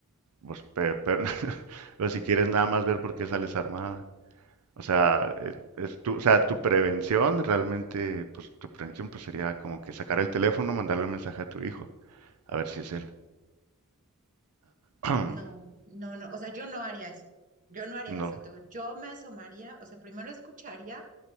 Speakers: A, on the right; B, on the right.
A: Pues, pe- pero, <laughs> pero si quieres nada más ver por qué sales armada. O sea, eh, es tu, o sea, tu prevención realmente, pues tu prevención pues sería como que sacar el teléfono, mandarle un mensaje a tu hijo, a ver si es él. <clears throat>
B: No, no, no, o sea, yo no haría eso. Yo no haría
A: No.
B: eso. Te digo, Yo me asomaría, o sea, primero escucharía